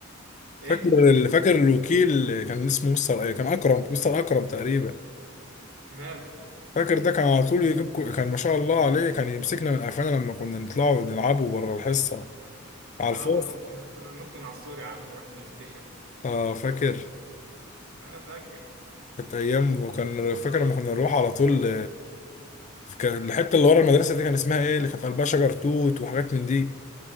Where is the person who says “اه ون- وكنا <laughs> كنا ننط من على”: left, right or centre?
Right